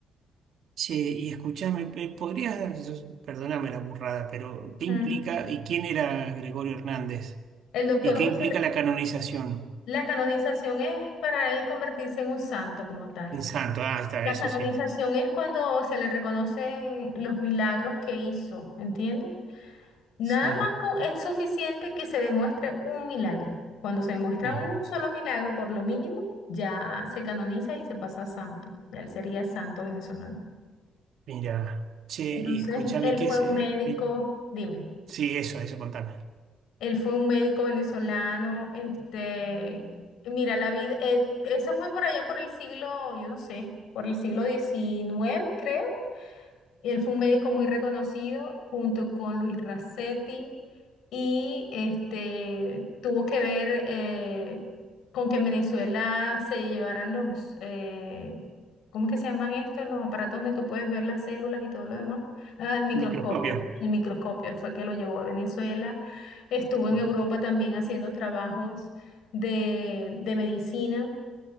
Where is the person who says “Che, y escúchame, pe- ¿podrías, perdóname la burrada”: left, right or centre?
Right